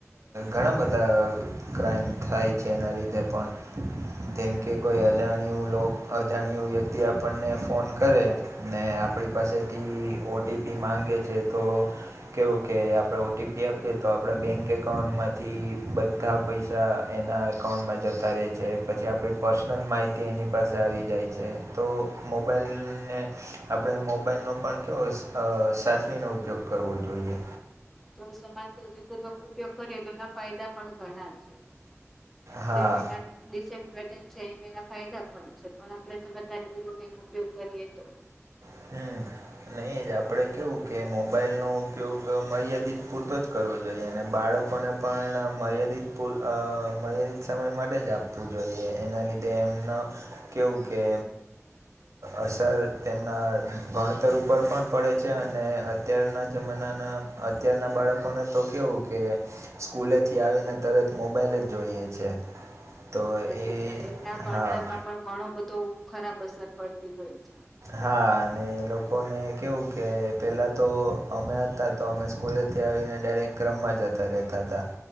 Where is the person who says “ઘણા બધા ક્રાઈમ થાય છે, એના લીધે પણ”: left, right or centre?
Right